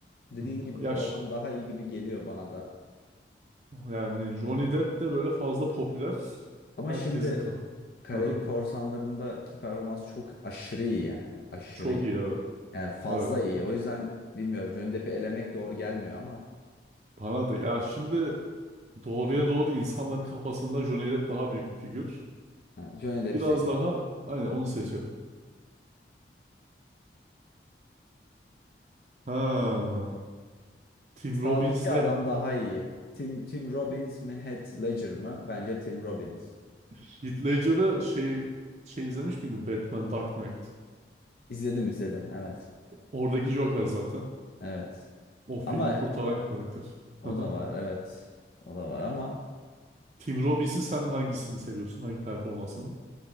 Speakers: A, on the left; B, on the right.
A: dediğin
B: hı.
A: gibi
B: Yaş.
A: bu adam daha iyi gibi geliyor bana da.
B: Yani Johnny Depp de böyle fazla popüler.
A: Ama
B: Herkesin
A: şimdi
B: ka-
A: Karayip
B: Hı hı.
A: Korsanları'ndaki performans çok aşırı iyi yani. Aşırı
B: Çok
A: iyi.
B: iyi evet.
A: Yani fazla
B: Evet.
A: iyi. O yüzden bilmiyorum Johnny Depp'i elemek doğru gelmiyor ama
B: Bana da ya şimdi doğruya doğru insanların kafasında Johnny Depp daha büyük bir figür.
A: ha, Johnny Depp'i
B: Biraz
A: seç.
B: daha aynen onu seçelim. Ha. Tim
A: Sağdaki
B: Robbins'le
A: adam daha iyi. Tim, Tim Robbins mi, Heath Ledger mı? Bence Tim Robbins.
B: Heath Ledger'ı şey şey izlemiş miydin? Batman Dark Knight.
A: İzledim izledim. Evet.
B: Oradaki Joker zaten.
A: Evet.
B: O filmi
A: Ama
B: kurtaran karakter.
A: o
B: Aha.
A: da var. Evet. O da var ama
B: Tim Robbins'in sen hangisini seviyorsun? Hangi performansını?